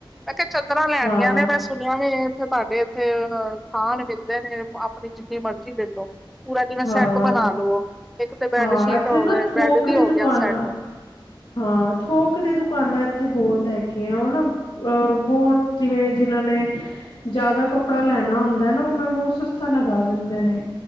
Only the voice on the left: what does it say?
ਹਾਂ
ਹਾਂ
ਹਾਂ ਇੱਥੇ
ਨਾ
ਥੋਕ
ਦੁਕਾਨਾਂ
ਹਾਂ ਥੋਕ। ਥੋਕ ਦੀ ਦੁਕਾਨਾਂ ਇੱਥੇ ਬਹੁਤ ਹੈਗੀਆਂ ਹਨ ਉਹ ਨਾ ਬਹੁਤ ਜਿਵੇਂ ਜਿਨਾਂ ਨੇ। ਜ਼ਿਆਦਾ ਕੱਪੜਾ ਲੈਣਾ ਹੁੰਦਾ ਨਾ ਉਹਨਾਂ ਨੂੰ ਉਹ ਸਸਤਾ ਲਗਾ ਦਿੰਦੇ ਨੇ।